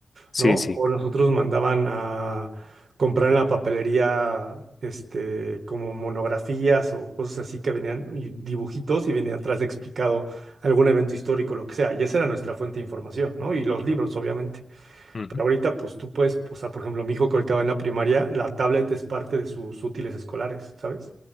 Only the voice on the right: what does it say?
¿no?
O nosotros mandaban a comprar en la papelería, este, como monografías o cosas así que venían, y dibujitos, y venía atrás explicado algún evento histórico, lo que sea, y esa era nuestra fuente de información, ¿no? Y los libros, obviamente.
Pero ahorita, pues tú puedes, o sea, por ejemplo, mi hijo que ahorita va en la primaria, la tablet es parte de sus útiles escolares, ¿sabes?